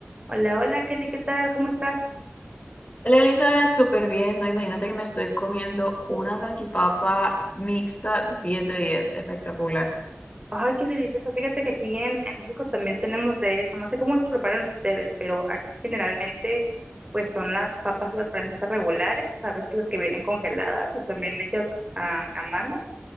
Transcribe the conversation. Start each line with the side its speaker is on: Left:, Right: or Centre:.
Right: Hola, hola Kelly, ¿qué tal? ¿Cómo estás?
Left: Hola Elizabeth, súper bien, ¿no? Imagínate que me estoy comiendo una salchipapa mixta 10 de 10, espectacular.
Right: Ay, qué delicioso. Fíjate que aquí en, en México también tenemos de eso. No sé cómo los preparan ustedes, pero aquí generalmente pues son las papas las francesas regulares, a veces las que vienen congeladas o también hechas a, a mano.